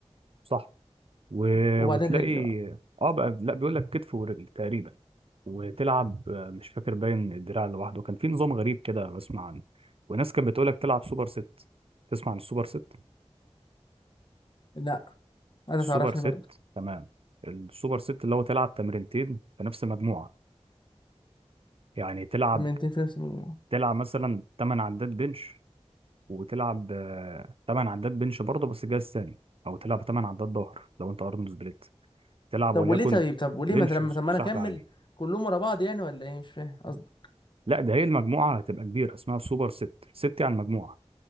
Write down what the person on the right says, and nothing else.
صح و...
وتلاقي
اه بقى لا بيقول لك كتف ورجل تقريبا وتلعب آه، مش فاكر باين الدراع لوحده كان في نظام غريب كده بسمع عنه وناس كانت بتقول لك تلعب سوبر ست تسمع عن السوبر ست
السوبر
ست
تمام السوبر ست اللي هو تلعب تمرينتين في نفس مجموعة يعني تلعب
تلعب مثلا 8 عدات بنش وتلعب آه، تمن عدات بنش برضه بس جهاز ثاني او تلعب تمن عدات ظهر لو انت ارنولد سبليت تلعب
وليكن
بنش
وس-
وسحب
عالي
لا ده هي المجموعه هتبقى كبيره اسمها سوبر ست ست يعني مجموعه